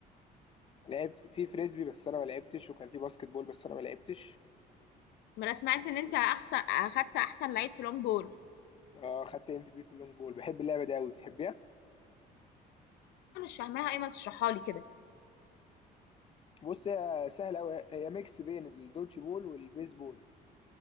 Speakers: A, on the left; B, on the left.
A: لعبت في فريسبي بس انا ما لعبتش وكان في باسكت بول بس انا ما لعبتش
B: ما انا سمعت ان انت احسن اخدت احسن لعيب في لونج بول
A: اه خدت ام في بي في اللونج بول بحب اللعبه دي قوي بتحبيها
B: انا مش فاهماها ايه ما تشرحها لي كده
A: بص هي سهله قوي هي ميكس بين الدوتش بول والبيسبول